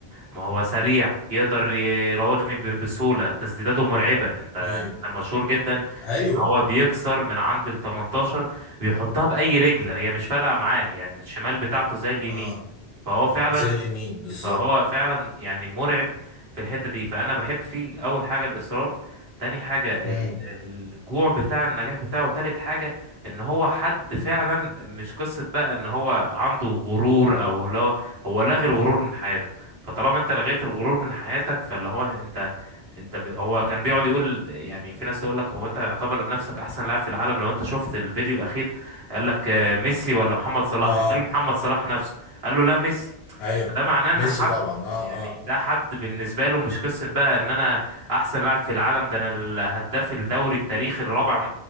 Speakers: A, on the right; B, on the left.
A: ما هو سريع يقدر يراوغني ب- بسهولة تسديداته مرعبة انت
B: ايوه
A: مشهور جدا
B: ايوه
A: بان هو بيكسر من عند ال 18 بيحطها بأي رجل هي مش فارقة معاه يعني الشمال بتاعته زي اليمين
B: اه
A: فهو فعلا
B: زي اليمين بالظبط
A: فهو فعلا يعني مرعب في الحتة دي فأنا بحب فيه أول حاجة الإصرار تاني حاجة
B: امم
A: ال- الجوع بتاع النجاح بتاعه تالت حاجة إن هو حد فعلا مش قصة بقى إن هو عنده غرور أو اللي هو هو لغى الغرور من حياته فطالما أنت لغيت الغرور من حياتك فاللي هو أنت أنت ب... هو كان بيقعد يقول يعني في ناس تقول لك هو أنت يعتبر نفسك أحسن لاعب في العالم لو أنت شفت الفيديو الأخير قال لك آه، ميسي ولا محمد صلاح
B: اه
A: بيسأله محمد صلاح نفسه قال له لا ميسي
B: ايوه
A: ده معناه ان
B: ميسي
A: حد
B: طبعا اه
A: يعني
B: اه
A: ده حد بالنسبه له مش قصه بقى ان انا احسن لاعب في العالم ده انا الهداف الدوري التاريخي الرابع م...